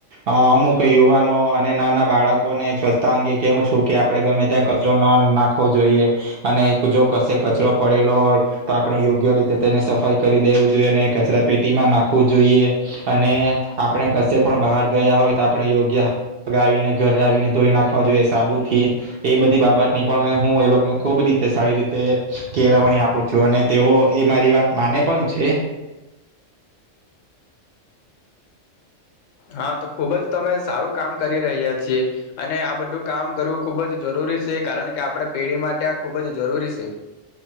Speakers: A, on the right; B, on the left.
A: અ અમુક યુવાનો અને નાના બાળકોને સ્વચ્છતા અંગે કવું છું કે આપડે ગમે ત્યાં કચરો ના નાખવો જોઈએ અને જો કશે કચરો પડેલો હોય તો આપણે યોગ્ય રીતે તેને સફાઈ કરી દેવું જોઈએ અને કચરા પેટીમાં નાખવું જોઈએ. અને આપણે કશે પણ બહાર ગયા હોય તો આપણે યોગ્ય આવીને ઘરે આવીને ધોઈ નાખવા જોઈએ સાબુથી. એ બધી બાબતની પણ હું એ લોકોને ખુબ રીતે સારી રીતે કેળવણી આપું છું અને તેઓ એ મારી વાત માને પણ છે.
B: હા તો ખુબ જ તમે સારું કામ કરી રહ્યા છીએ અને આ બધું કામ કરવું ખુબ જ જરૂરી છે કારણ કે આપડા પેઢી માટે આ ખુબ જ જરૂરી સે.